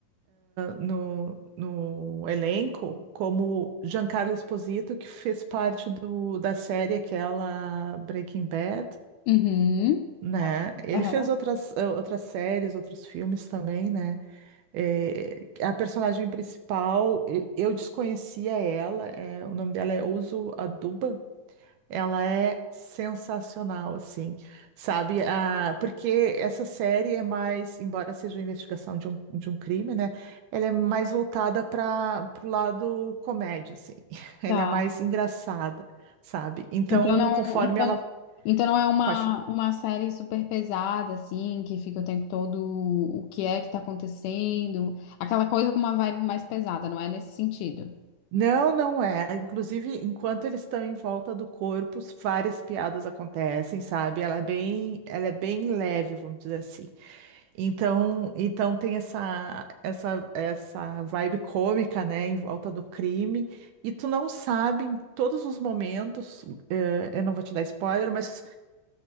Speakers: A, on the right (about 75°); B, on the left (about 80°).
A: no, no elenco como Giancarlo Esposito, que fez parte do, da série aquela Breaking Bad,
B: Uhum.
A: né? Ele
B: Aham.
A: fez outras, eh, outras séries, outros filmes também, né? Eh, a personagem principal, eh, eu desconhecia ela, eh, o nome dela é Uso Aduba, ela é sensacional, assim, sabe? Ah, porque essa série é mais, embora seja uma investigação de um, de um crime, né? Ela é mais voltada para o lado comédia, assim. <laughs> Ela
B: Tá.
A: é mais engraçada, sabe? Então,
B: Então não,
A: conforme
B: então,
A: ela
B: então não é uma,
A: pode falar.
B: uma série super pesada, assim, que fica o tempo todo o que é que tá acontecendo. Aquela coisa com uma vibe mais pesada, não é nesse sentido.
A: Não, não é. Inclusive, enquanto eles estão em volta do corpo, várias piadas acontecem, sabe? Ela é bem, ela é bem leve, vamos dizer assim. Então, então tem essa, essa, essa vibe cômica, né, em volta do crime, e tu não sabe em todos os momentos, eh, eu não vou te dar spoiler, mas